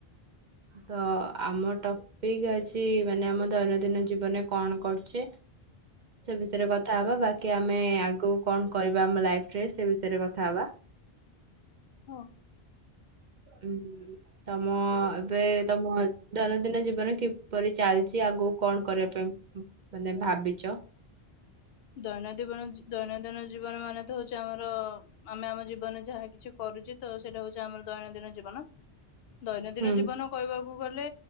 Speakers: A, on the right; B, on the left.
A: ତ ଆମ ଟ ପିକ୍ ଅଛି ମାନେ ଆମ ଦୈନଦିନ ଜୀବନରେ କଣ କରୁଚେ। ସେ ବିଷେୟେରେ କଥା ହବା ବାକି ଆମେ ଆଗୁକୁ କଣ କରିବା ଆମ ଲାଇଫରେ ସେ ବିଷେୟେରେ କଥା ହବା।
B: ହଁ।
A: ଉଁ ତମ ଏବେ ତମ ଦୈନଦିନ ଜୀବନ କିପରି ଚାଲଛି ଆଗୁ କଣ କରିବା ପାଇଁ ଉଁ ମାନେ ଭାବିଚ?
B: ଦୈନଦୀବନ ଜୀ ଦୈନଦିନ ଜୀବନ ମାନେ ତ ହଉଚି ଆମର ଉଁ ଆମେ ଆମ ଜୀବନରେ ଯାହା କିଛି କରୁଚେ ତ ସେଇଟା ହଉଚି ଆମର ଦୈନନ୍ଦିନ ଜୀବନ। ଦୈନଦିନ
A: ହୁଁ
B: ଜୀବନ କହିବାକୁ ଗଲେ